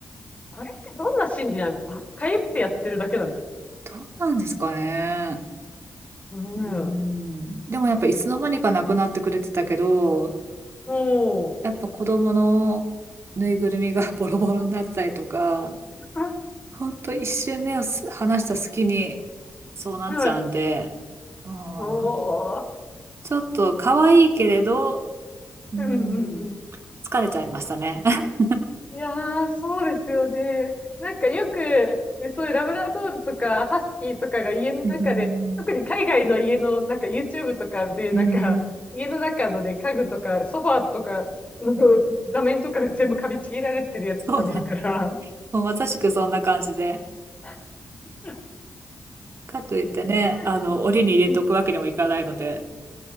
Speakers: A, on the left; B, on the right.
A: あれってどんな心理なんですか痒くてやってるだけなんですか
B: どうなんですかね。
A: うん。
B: うん。でもやっぱいつの間にかなくなってくれてたけど、
A: おー。
B: やっぱ子供のぬいぐるみが <laughs> ボロボロになったりとか、
A: <laughs>
B: ほんと一周目をす話した隙にそうなっちゃうんで、
A: はい。
B: もう
A: おー。
B: ちょっと可愛いけれど、うん、
A: うんうん
B: 疲れちゃいましたね。<laughs>
A: いやー、そうですよね。なんかよく、ね、そういうラブラドールとかハスキーとかが家の中で、
B: うん、
A: 特に海外の家の、なんか YouTube とかで、
B: うん、
A: なんか家の中のね、
B: うん
A: 家具とかソファーとかの <laughs> 座面とかが全部噛みちぎられてるやつとか見るから、
B: そうなんで。もうまさしくそんな感じで。
A: <laughs> な
B: かといってね、あの、
A: んか、
B: 檻に入れとくわけにもいかないので。
A: うん